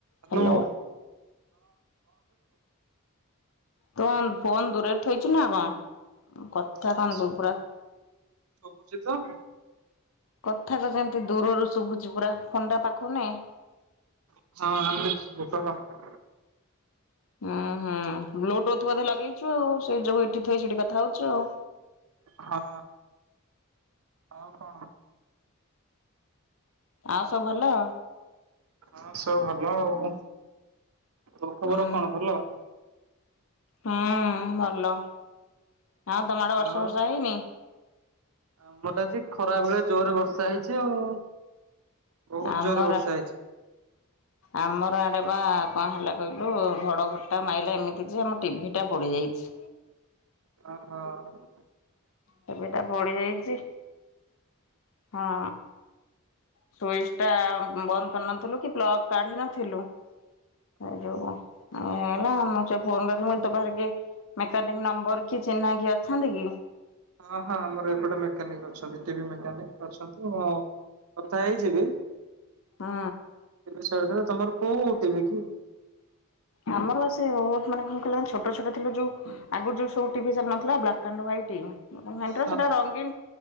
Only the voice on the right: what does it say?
ହାଲୋ
ନାଇଁ
ଶୁ
ଶୁଭୁଛି ତ ହଁ
ହଁ ଆ <inaudible>
ହଁ। ଆଉ କଣ?
ହଁ ସବୁ ଭଲ ଆଉ। ତୋ ଖବର
କଣ ଭଲ?
ଆଉ
ଆମର ତ ଆଜି ଖରା ବେଳେ ଜୋରେ ବର୍ଷା ହେଇଚି ଆଉ। ବହୁତ
ଜୋରରେ ବର୍ଷା ହେଇଛି।
ହ ହଁ।
ହଁ ହଁ ଆମର ଏପଟେ ମେକାନିକ୍ ଅଛନ୍ତି ଟିଭି ମେକାନିକ ଅଛନ୍ତି ମୁଁ କଥା ହେଇଯିବି।
<inaudible> ତମର କୋଉ ଟିଭି କି?
ହଁ